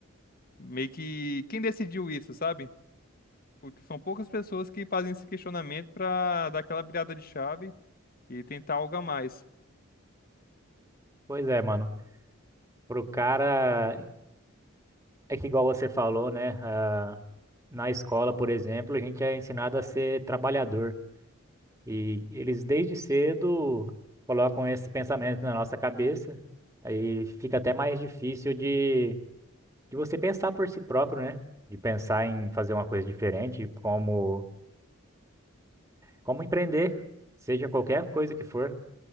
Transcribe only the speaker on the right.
Pois é, mano. Pro cara, é que igual você falou, né? Ah, na escola, por exemplo, a gente é ensinado a ser trabalhador. E eles desde cedo colocam esse pensamento na nossa cabeça, aí fica até mais difícil de, de você pensar por si próprio, né? De pensar em fazer uma coisa diferente, como, como empreender, seja qualquer coisa que for.